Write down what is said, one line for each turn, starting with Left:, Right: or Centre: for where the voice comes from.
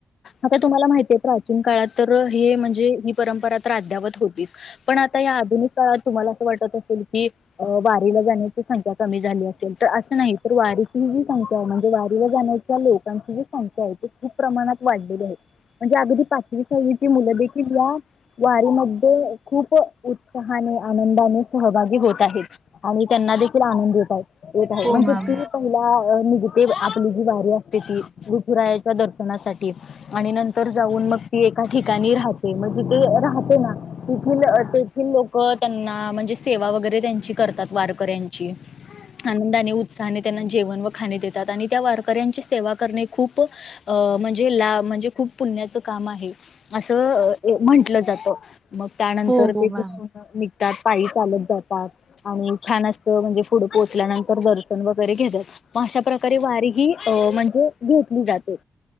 Left: आता तुम्हाला माहितीय प्रचीन काळात तर हे म्हणजे परंपरा तर अ्यापत होती पण आता का वाटत असेल की वारीला जाण्याची संख्या कमी झाली असेल तर असं नाही तर वारीची ्या म्हणजे वारीला जाण्याच्या लोकांची जी संख्या आहे त खूप प्रमाणात वाढलेली आहे म्हणजे अगदी पाचवी सावीची मुलं देखील या वारीमध्ये खूप उत्साहाने आनंदाने सहभागी होत आहेत आणि त्यांना देखील आनंद येत येत आहे
Right: हो
Left: म्हणजे
Right: मॅम.
Left: त पहि निगेटिव आपली जी वारी असते ती ऋतुरायाच्या दर्शनासाठी आणि नंतर जाऊन मग ती एका ठिकाणी राहते म्हणजे ते राहते ना तिथील तिथील लोक त्यांना म्हणजे सेवा वगैरे त्यांची करतात वारकऱ्यांची आनंदाने उत्साहाने त्यांना जेवण व खा त्या वारकऱ्यां सेवा खप म्हणजेणे खूप पुण्याचं काम आहे असं म्हटलं जातं मग त्यानंतर
Right: हो हो
Left: ते
Right: मॅम
Left: तघ पाय चालत जातात आणि छान असत म्हणजे पुढ पोहोचल्यानंतर दर्शन व अश प्रकारे वारी ही म्हणजे घेतली जाते